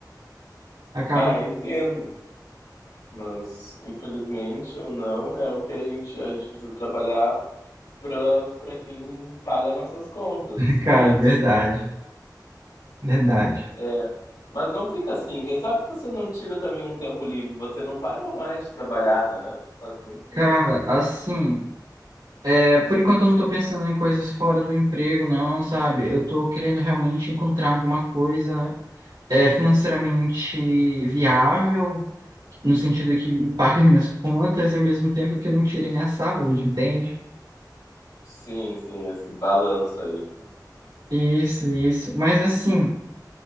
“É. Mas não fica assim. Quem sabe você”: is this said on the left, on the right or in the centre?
Left